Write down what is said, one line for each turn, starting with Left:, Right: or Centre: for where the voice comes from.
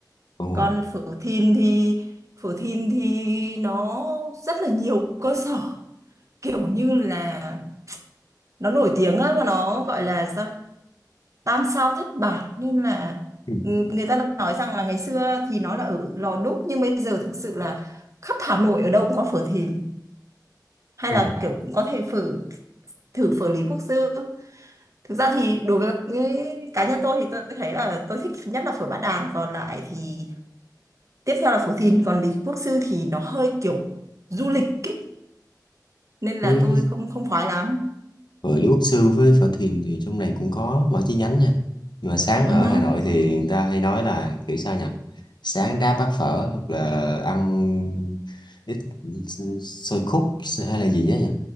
Left: ồ
Right: Còn phở Thìn thì phở Thìn thì nó rất là nhiều cơ sở, kiểu như là nó nổi tiếng á và nó gọi là sao? tam sao thất bản nên là
Left: ừ.
Right: ừ, người ta nói rằng là ngày xưa thì nó là ở Lò Đúc nhưng bây giờ thực sự là khắp Hà Nội ở đâu cũng có phở Thìn hay
Left: ồ
Right: là kiểu cũng có thể phở thử phở Lý Quốc Sư thực ra thì đối với cái- cá nhân tôi thì tôi thấy là tôi thích nhất là phở Bát Đàn còn lại thì tiếp theo là phở Thìn còn Lý Quốc Sư thì nó hơi kiểu du lịch ý. nên
Left: thế
Right: là tôi không không khoái lắm
Left: Với Lưu Quốc Sư với Phở Thiền thì trong này cũng có mỗi chi nhánh nha. Nhưng mà sáng
Right: Ừ
Left: ở
Right: hứ,
Left: Hà Nội
Right: ừ
Left: thì
Right: hứ,
Left: người ta hay nói là kiểu sao nhỉ? Sáng đáp bát phở hoặc là ăn ít xôi khúc hay là gì nhá nhỉ?